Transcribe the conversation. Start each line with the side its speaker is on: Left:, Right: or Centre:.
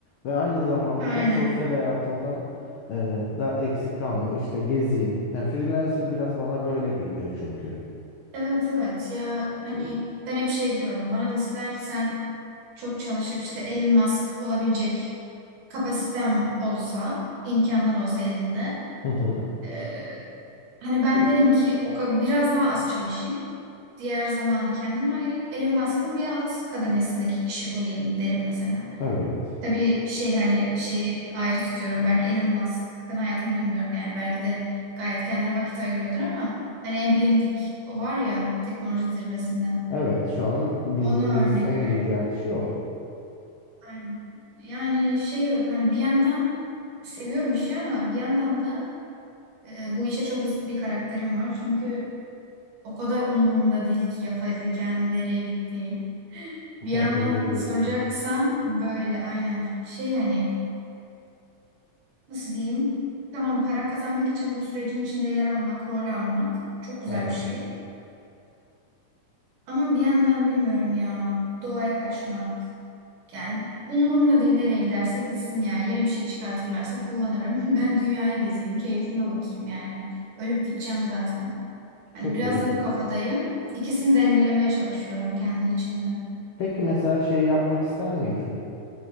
Left: ve aynı zamanda
Right: Aynen.
Left: da sosyal hayatımdan e, da eksik kalmıyor. İşte gezeyim. Yani freelancer biraz bana böyle geliyor çünkü.
Right: Evet evet ya hani ben hep şey diyorum bana deseler ki sen çok çalışıp işte Elon Musk olabilecek kapasitem olsa imkanlar olsa elinde
Left: Hı hı.
Right: eee, hani ben derim ki o ka- biraz daha az çalışayım diğer zamanı kendime ayırayım Elon Musk'ın bir alt kademesindeki kişi olayım derim mesela.
Left: Evet.
Right: Tabii şey hani şeyi ayrı tutuyorum. Belki Elon Musk'ın hayatını bilmiyorum yani. Belki de gayet kendine vakit ayırıyordur ama hani en bilindik o var ya teknoloji zirvesinde.
Left: Evet, şu an bildiğimiz
Right: Onu örnek
Left: en
Right: veririm.
Left: güncel kişi o.
Right: Aynen. Yani şey hani bir yandan seviyorum işi ama bir yandan da e, bu işe çok zıt bir karakterim var. Çünkü o kadar umurumda değil ki yapay zekanın nereye gittiği.
Left: <laughs>
Right: Bir yandan
Left: He, Öyle diyorsun.
Right: soracaksan böyle aynen şey hani nasıl diyeyim? Tamam para kazanmak için bu sürecin içinde yer almak, rol almak çok güzel
Left: Evet.
Right: bir şey. Ama bir yandan bilmiyorum ya doğaya kaçmak. Yani umurumda değil nereye giderse gitsin ya. Yeni bir şey çıkartırlarsa kullanırım. <laughs> Ben dünyaya gezeyim, keyfime bakayım yani. Ölüp gideceğim zaten.
Left: Çok
Right: Hani biraz
Left: iyi.
Right: da bu kafadayım. İkisini dengelemeye çalışıyorum kendi içimde.
Left: Peki mesela şeyi yapmak ister miydin?